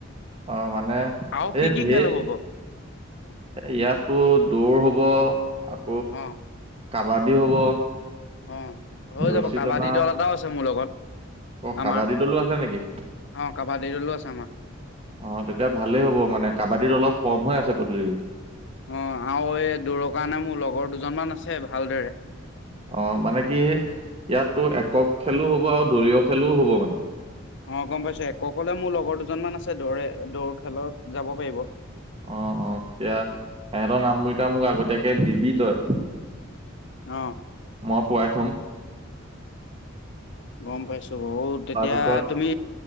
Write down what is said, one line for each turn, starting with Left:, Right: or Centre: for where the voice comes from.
Right: অ মানে
Left: আৰু কি
Right: এই
Left: কি
Right: ধেৰ
Left: খেল হ'ব বাৰু
Right: ইয়াত তো দৌৰ হ'ব হব
Left: অ
Right: কাবাডী হ'ব
Left: অ হৈ
Right: ৰছী
Left: যাব কাবাডী
Right: টনা
Left: দল এটাও আছে মোৰ লগত
Right: অ
Left: আমাৰ
Right: কাবাডী দলো আছে নেকি
Left: অ কাবাডী দলো আছে আমাৰ
Right: অ তেতিয়া ভালেই হ'ব মানে কাবাডীত অলপ কম হৈ আছে প্ৰতিযোগী
Left: অ আৰু এই দূৰৰ কাৰণে মোৰ লগৰ দুজনমান আছে ভালদৰে
Right: অ মানে কি ইয়াতো একক খেলো হব আৰু দলীয় খেলো হব মানে
Left: অ গম পাইছো একক হলে মোৰ লগৰ দুজনমান আছে দৌৰে দৌৰ খেলত যাব পাৰিব
Right: অ অ তেতিয়া সিহঁতৰ নামকেইটা মোক আগতীয়াকে দিবি তই
Left: অ
Right: মই পোৱাই থম
Left: গম পাইছো বহুত
Right: তাৰপিছত
Left: এতিয়া তুমি